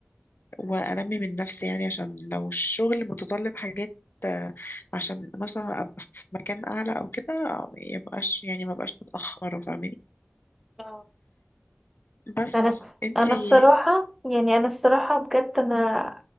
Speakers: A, on the left; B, in the centre.
A: وأنمي من نفسي يعني عشان لو الشغل متطلب حاجات آه، عشان مثلا أبقى في مكان أعلى أو كده ميبقاش يعني مبقاش متأخرة فاهماني
B: مم.
A: بس
B: انا الس-
A: انتي
B: انا الصراحه يعني انا الصراحه بجد انا